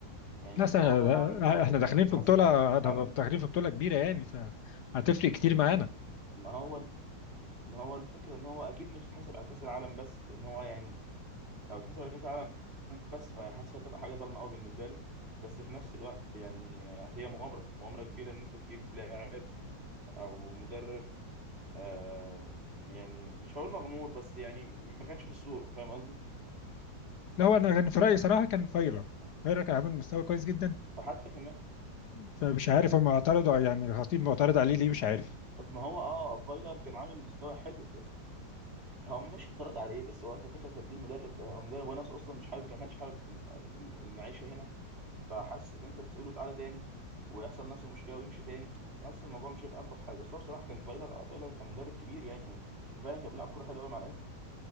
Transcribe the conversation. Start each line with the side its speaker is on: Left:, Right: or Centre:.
Right: يعني
Left: بس
Right: هو
Left: احنا
Right: طبعا هو كده كده
Left: داخلين
Right: مش هيتحاسب
Left: في بطوله
Right: على كأس العالم
Left: داخلين في بطوله كبيره يعني فهتفرق كتير معانا
Right: ما هو ما هو الفكره ان هو اكيد مش هيتحاسب على كاس العالم بس لان هو يعني لو اتحاسب على كاس العالم بس فحاسس هتبقى حاجه ظالمه قوي بالنسبه له بس في نفس الوقت يعني هي مغامره مغامره كبيره ان انت تجيب لاعب او مدرب آه يعني مش هقول مغمور بس يعني م- ما كانش في الصورة فاهم قصدي؟
Left: لا هو انا كان في رايي صراحه كان فايلر فايلر كان عامل مستوى كويس جدا
Right: فحتى كمان
Left: فمش عارف هم اعترضوا على- يعني الخطيب معترض عليه ليه مش عارف
Right: طب ما هو اه فايلر كان عامل مستوى حلو بس هو ما فيش اعتراض عليه بس هو انت فكره هتجيب مدرب آه، هو المدرب هو نفسه اصلا مش حابب ما كانش حابب ال- المعيشه هنا فحاسس ان انت تقول له تعالى تاني ويحصل نفس المشكله ويمشي تاني فحاسس الموضوع مش هيبقى الطف حاجه بس هو بصراحه كان فايلر اه فايلر كان مدرب كبير يعني و- وفعلا كان بيلعب كوره حلوه قوي مع الاهلي